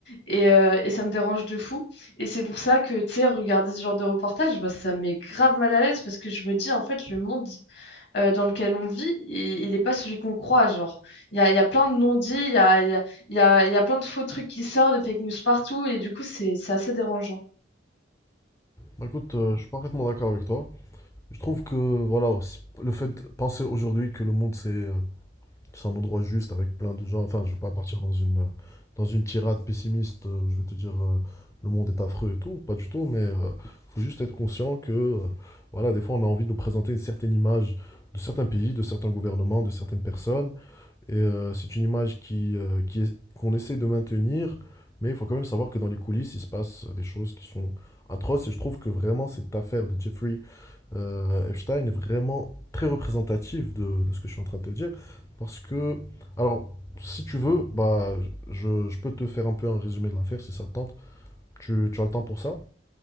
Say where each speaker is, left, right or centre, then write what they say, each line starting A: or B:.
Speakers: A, on the left (about 60°); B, on the left (about 15°).
A: Et, euh, et ça me dérange de fou. Et c'est pour ça que, tu sais, regarder ce genre de reportage, bah, ça me met grave mal à l'aise parce que je me dis, en fait, le monde euh, dans lequel on vit, il il est pas celui qu'on croit. Genre, il y a, il y a plein de non-dits, il y a, il y a, il y a, il y a plein de faux trucs qui sortent, des fake news partout. Et du coup, c'est, c'est assez dérangeant.
B: Bah, écoute, euh, je suis parfaitement d'accord avec toi. Je trouve que, voilà, aussi, le fait de penser aujourd'hui que le monde s'est euh, C'est un endroit juste avec plein de gens. Enfin, je vais pas partir dans une, euh, dans une tirade pessimiste euh, où je vais te dire euh, le monde est affreux et tout. Pas du tout, mais euh, faut juste être conscient que, euh, voilà, des fois, on a envie de nous présenter une certaine image de certains pays, de certains gouvernements, de certaines personnes. Et euh, c'est une image qui, euh, qui est- qu'on essaie de maintenir, mais il faut quand même savoir que dans les coulisses, il se passe des choses qui sont atroces. Et je trouve que vraiment cette affaire de Jeffrey euh, Epstein est vraiment très représentative de, de ce que je suis en train de te dire. Parce que, alors, si tu veux, bah, je, je peux te faire un peu un résumé de l'affaire si ça te tente. Tu, tu as le temps pour ça?